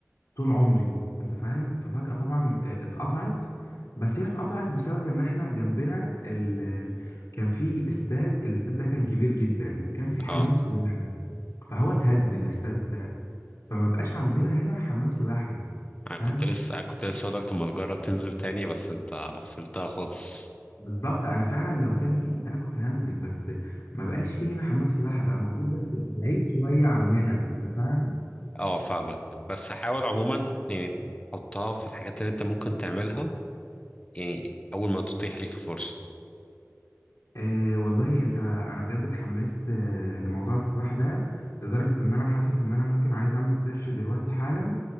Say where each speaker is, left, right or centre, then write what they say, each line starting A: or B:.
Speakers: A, on the left; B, on the left.
A: طول عمري انت فاهم ففجاه طبعا آه، اتقطعت بس هي اتقطعت بسبب ان احنا جنبنا ال... كان في استاد الاستاد ده كان كبير جدا وكان في حمام
B: اه
A: سباحه فهو اتهد الاستاد ده فما بقاش عندنا هنا حمام سباحه
B: انا
A: فاهم
B: كنت لسه أنا كنت لسه اقول لك طب ما تجرب تنزل تاني بس انت قفلتها خالص
A: بالظبط انا فعلا لو كان في انا كنت هنزل بس ما بقاش في هنا حمام سباحه بقى موجود بس بعيد شويه عننا انت فاهم
B: اه فاهمك بس حاول عموما يعني تحطها في الحاجات اللي انت ممكن تعملها يعني اول ما تتيح ليك الفرصه
A: آه والله انت انا بجد اتحمست آه لموضوع السباحه ده لدرجه ان انا حاسس ان انا ممكن عايز اعمل سيرش دلوقتي حالا